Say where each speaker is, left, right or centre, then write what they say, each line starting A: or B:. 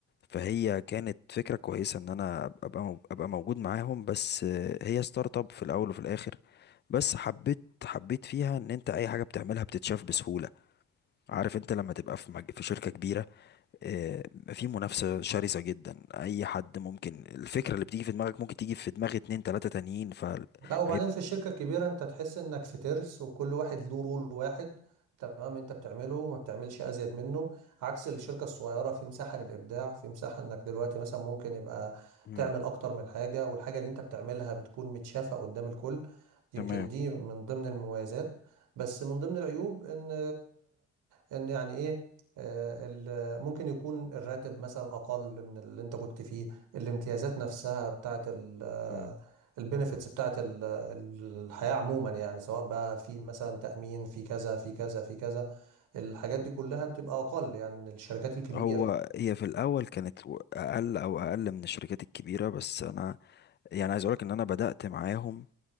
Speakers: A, on the left; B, on the right.
A: فهي كانت فكرة كويسة إن أنا أبقى أبقى مو- أبقى موجود معاهم بس آه، هي ستارت اب في الأول وفي الآخر بس حبيت حبيت فيها إن أنت أي حاجة بتعملها بتتشاف بسهولة عارف أنت لما تبقى في مج- في شركة كبيرة آه، في منافسة شرسة جدا أي حد ممكن الفكرة اللي بتيجي في دماغك ممكن تيجي في دماغ اتنين تلاتة تانيين فهيبقى
B: لا وبعدين في الشركة الكبيرة انت تحس انك في ترس وكل واحد له رول واحد تمام انت بتعمله وما بتعملش ازيد منه عكس الشركة الصغيرة في مساحة للابداع في مساحة انك دلوقتي مثلا ممكن يبقى
A: مم.
B: تعمل اكتر من حاجة والحاجة اللي انت بتعملها بتكون متشافة قدام الكل يمكن
A: تمام
B: دي من ضمن المميزات بس من ضمن العيوب ان ان يعني ايه آه، ال- ممكن يكون الراتب مثلا اقل من اللي انت كنت فيه الامتيازات نفسها بتاعت ال
A: مم.
B: البنفيتس بتاعت ال- الحياة عموما يعني سواء بقى في مثلا تأمين في كذا في كذا في كذا الحاجات
A: مم.
B: دي كلها بتبقى أقل يعني من الشركات الكبيرة
A: هو هي في الأول كانت و- أقل أو أقل من الشركات الكبيرة بس أنا يعني عايز أقولك إن أنا بدأت معاهم